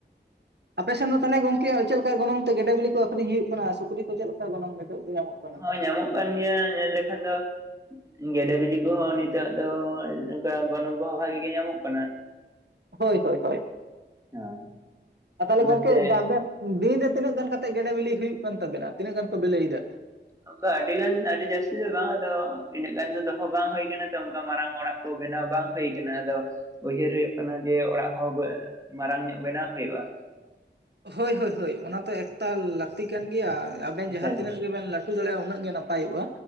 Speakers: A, on the right (about 65°); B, on the right (about 15°).
A: ᱟᱯᱮ ᱥᱮᱱ ᱫᱚ ᱛᱟᱦᱞᱮ ᱜᱚᱝᱠᱮ ᱪᱮᱜ ᱞᱮᱠᱟ ᱜᱚᱱᱚᱝ ᱛᱮ ᱜᱮᱰᱮ ᱵᱤᱞᱤ ᱠᱚ ᱟᱠᱷᱨᱤᱧ ᱦᱩᱭᱩᱜ ᱠᱟᱱᱟ ᱥᱩᱠᱨᱤ ᱠᱚ ᱪᱮᱜ ᱞᱮᱠᱟ ᱜᱚᱱᱚᱝ ᱠᱟᱛᱮᱜ ᱜᱮ ᱧᱟᱢᱚᱜ ᱠᱟᱱᱟ?
B: ᱦᱳᱭ ᱧᱟᱢᱚᱜ ᱠᱟᱱ ᱜᱮᱭᱟ ᱧᱮᱞ ᱞᱮᱠᱷᱟᱱ ᱫᱚ ᱜᱮᱰᱮ ᱵᱤᱞᱤ ᱠᱚᱦᱚᱸ ᱱᱤᱛᱚᱜ ᱫᱚ ᱱᱚᱝᱠᱟ ᱜᱚᱱᱚᱝ ᱠᱚᱦᱚᱸ ᱵᱷᱟᱜᱤ ᱜᱮ ᱧᱟᱢᱚᱜ ᱠᱟᱱᱟ
A: ᱦᱳᱭ ᱦᱳᱭ ᱦᱳᱭ
B: ᱦᱳᱭ᱾
A: ᱟᱨ ᱛᱟᱦᱞᱮ
B: ᱚᱱᱟᱛᱮ
A: ᱜᱚᱝᱠᱮ ᱫᱟ ᱟᱵᱮᱱ ᱫᱤᱱ ᱨᱮ ᱛᱤᱱᱟᱹᱜ ᱜᱟᱱ ᱠᱟᱛᱮᱜ ᱜᱮᱰᱮ ᱵᱤᱞᱤ ᱦᱩᱭᱩᱜ ᱠᱟᱱ ᱛᱟᱵᱮᱱᱟ ᱛᱤᱱᱟᱹᱜ ᱜᱟᱱ ᱠᱚ ᱵᱮᱞᱮᱭᱫᱟ᱾ <inaudible>
B: ᱚᱱᱠᱟ ᱟᱹᱰᱤ ᱜᱟᱱ ᱟᱹᱰᱤ ᱡᱟᱹᱥᱛᱤ ᱫᱚ ᱵᱟᱝ ᱟᱫᱚ ᱤᱱᱟᱹᱜ ᱜᱟᱱ ᱫᱚ ᱫᱚᱦᱚ ᱵᱟᱝ ᱦᱩᱭ ᱟᱠᱟᱱᱟ ᱛᱚ ᱚᱱᱠᱟ ᱢᱟᱨᱟᱝ ᱚᱲᱟᱜ ᱠᱚ ᱵᱮᱱᱟᱣ ᱵᱟᱝ ᱦᱩᱭ ᱠᱟᱱᱟ ᱟᱫᱚ ᱩᱭᱦᱟᱹᱨ ᱦᱩᱭᱩᱜ ᱠᱟᱱᱟ ᱡᱮ ᱚᱲᱟᱜ ᱦᱚᱸ ᱵᱟᱹ ᱢᱟᱨᱟᱝ ᱧᱚᱜ ᱵᱮᱱᱟᱣ ᱦᱩᱭᱩᱜᱼᱟ ᱾
A: ᱦᱳᱭ ᱦᱳᱭ ᱦᱳᱭ ᱚᱱᱟᱛᱚ ᱮᱠᱛᱟ ᱞᱟᱹᱠᱛᱤ ᱠᱟᱱ ᱜᱮᱭᱟ ᱟᱵᱮᱱ ᱡᱟᱦᱟᱸ
B: ᱦᱮᱸ
A: ᱛᱤᱱᱟᱹᱜ ᱜᱮᱵᱮᱱ ᱞᱟᱹ ᱴᱩ ᱫᱟᱲᱮᱭᱟᱜᱼᱟ ᱩᱱᱟᱹᱜ ᱜᱮ ᱱᱟᱯᱟᱭᱚᱜᱼᱟ,